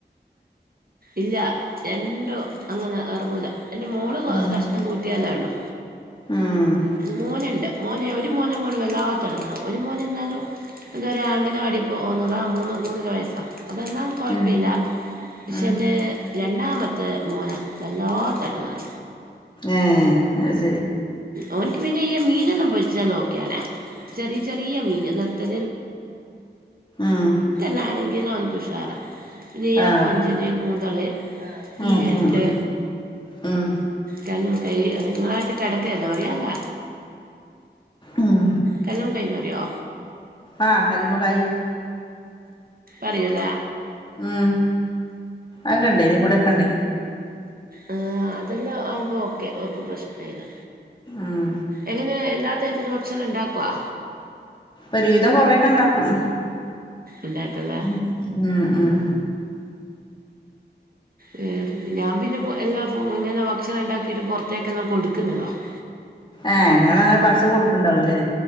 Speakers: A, on the right (about 55°); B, on the left (about 25°).
A: ഇല്ല രണ്ടോ അങ്ങനെ ഇറങ്ങൂല എൻ്റെ മോള്
B: ഉം
A: കഷ്ണം കൂട്ടിയാലാ ഉള്ളു
B: ഉം
A: മോനുണ്ട് മോനെ ഒരു മോ വല്ലാങ്ങണം ഒരു മോന എന്നാലും എന്തന ഒന്നതാ മൂന്ന് മൂന്നര വയസാ അതൊന്നും കുഴപ്പമില്ല
B: ഉം
A: ഇഷൻ്
B: ഉം
A: രണ്ടാമത്തെ മോന വല്ലാത്ത ഇടങ്ങേറ
B: ഏഹ് അത് ശരി
A: ഒഓനക്ക് മീൻ ഒന്നും പൊരിച്ചൊള്ള ചെറിയ ചെറിയ മീൻ അങ്ങനത്തെ
B: ഉം
A: ന്നാ അവനക്ക് ഉഷാറാം ഇനിയാ
B: ആഹ്
A: കൊഞ്ചന് കൂന്തള് പിന്നണ്ട്
B: ഉം ഉം ഉം ഉം
A: കമു കൈ നിങ്ങളാട്ടി കിടക്ക എന്താ പറയാലാ
B: ഉം
A: കല്ലുമ്മ കൈ ന്ന്റിയോ?
B: ആകല്ലുമ്മകായി
A: അറിയുംലെ
B: ഉം അക്കണ്ടേ ഇനി കൂടെ ഒക്കണ്ടേ
A: ആ അതെല്ലാം ആവുമ്പോ ഓക്കെ അവർക്ക് പ്രശ്ന ഇല്ല
B: ഉം
A: എങ്ങനെ എല്ലാ തരത്തിലും ഭക്ഷണം ഉണ്ടാക്കവാ
B: ഒരുവിധം കൊറെ ണ്ടാക്കും
A: ഉണ്ടാക്കല്ലേ
B: ഉം ഉം
A: വേറെ ഞാൻ പിന്നെ എല്ലാ ഇങ്ങനെ ഭക്ഷണം ഉണ്ടാക്കിട്ട് പുറത്തേക്കെല്ലാം കൊടുക്കുന്നതാണ്
B: ഏഹ് ഇങ്ങളങ്ങനെ പാർസൽ കൊടുക്ക്ണ്ടാവുംല്ലേ